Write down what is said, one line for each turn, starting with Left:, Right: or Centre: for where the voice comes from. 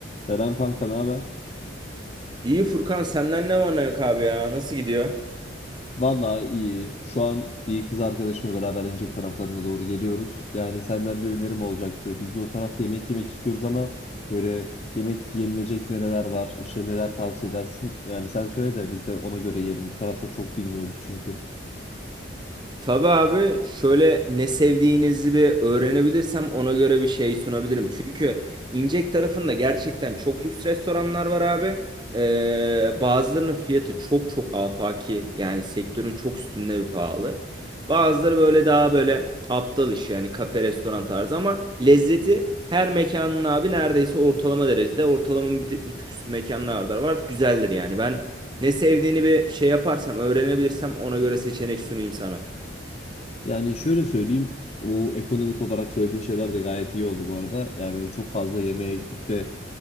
Left: Selam kanka, ne haber?
Right: İyi Furkan senden ne var ne yok abi ya? Nasıl gidiyor?
Left: Vallahi iyi. Şu an bir kız arkadaşımla beraber Incek taraflarına doğru geliyoruz. Yani senden bir önerim olacaktı. Biz de o tarafta yemek yemek istiyoruz ama böyle yemek yenilecek nereler var, işte neler tavsiye edersin? Yani sen söyle de biz de ona göre yiyelim. Bu tarafları çok bilmiyoruz çünkü.
Right: Tabii abi şöyle ne sevdiğinizi bir öğrenebilirsem ona göre bir şey sunabilirim. Çünkü İncek tarafında gerçekten çok lüks restoranlar var abi. Ee, bazılarının fiyatı çok çok afaki yani sektörün çok üstünde bir pahalı. Bazıları böyle daha böyle aptal iş yani kafe restoran tarzı ama lezzeti her mekanın abi neredeyse ortalama derecede ortalamanın bir, tık- bir tık üstü mekanlarda var. Güzeldir yani ben ne sevdiğini bir şey yaparsam öğrenebilirsem ona göre seçenek sunayım sana.
Left: Yani şöyle söyleyeyim, bu ekonomik olarak söylediğin şeyler de gayet iyi oldu bu arada. Yani çok fazla yemeğe gidip de